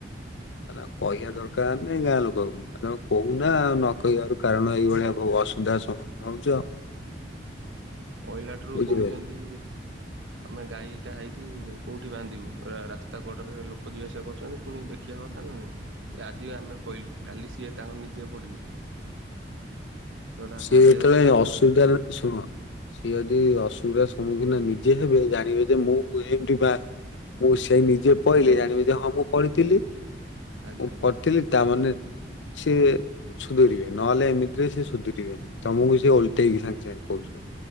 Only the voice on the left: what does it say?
ହେରା କଇଆ ଦରକାର୍ ନାଇଁ ଗାଁ ଲୋକଙ୍କୁ। ଆ ତମ କହୁନା ନ କହିବାରୁ କାରଣ ଏଇ ଭଳିଆ ବହୁ ଅସୁବିଧା ସମ୍ମୁଖୀନ ହଉଛ।
ବୁଝିପାରିଲେ।
ସିଏ
ଯେତେ
ଯାଏଁ
ଅସୁବିଧା
ରେ ଶୁଣ ସିଏ ଯଦି ଅସୁବିଧା ସମ୍ମୁଖୀନ ନିଜେ ହେବେ ଜାଣିବେ ଯେ ମୁଁ କୁ ଏମତି ବା ମୁଁ ସେଇ ନିଜେ ପଢିଲି
ଜାଣିବି ଯେ ହଁ ମୁଁ ପଢିଥିଲି ମୁଁ
ପଢିଥିଲି
ତାମାନେ ସେ ସୁଧୁରିବେ ନହେଲେ ଏମିତିରେ ସେ ସୁଧରି ତମକୁ ସେ ଓଲଟେଇକି ସାଙ୍ଗେ ସାଙ୍ଗେ କହୁଛନ୍ତି।